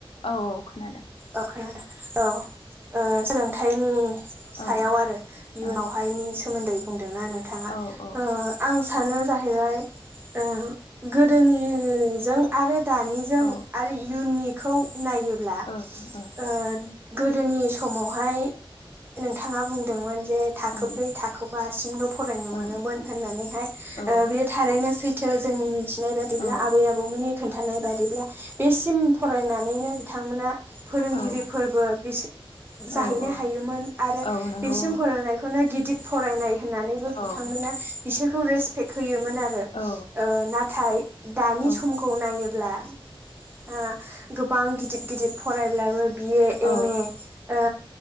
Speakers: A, on the left; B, on the right.
A: औ औ खोनादों
B: औ खोनादों औ ओ सोलोंथाइनि सायाव
A: ओं
B: आरो इयुनावहायनि
A: ओं
B: सोमोन्दै बुंदोंना नोंथाङा
A: औ औ
B: ओ आं सानो जाहैबाय ओ गोदोनिजों आरो दानिजों
A: ओ
B: आरो इयुननिखौ नायोब्ला
A: ओह‌ ओह
B: ओ गोदोनि समावहाय नोंथाङा बुंदोंमोन जे थाखोब्रै
A: ओं
B: थाखोबासिमल फरायनो
A: ओं
B: मोनोमोन होननानैहाय
A: औ
B: ओ बियो थारैनो सैथ थो जोंनि मिथिनाय बादिब्ला
A: औ
B: आबै आबौमोननि खोन्थानाय बादिब्ला बेसिम फरायनानैनो बि थांमोना फोरोंगिरिफोरबो
A: औ
B: बिसे जाहैनो
A: औ औ
B: हायोमोन आरो
A: औ नंगौ
B: बेसिम फरायनायखौनो गिदि फरायनाय होननानैबो
A: औ औ
B: बिथांमोना बिसोरखौ रेसपेक्ट होयो मोन आरो
A: औ
B: ओ नाथाय दानि
A: औ
B: समखौ नायोब्ला ओ गोबां गिदिर गिदिर फरायब्लाबो बिए
A: औ
B: एम ए ओ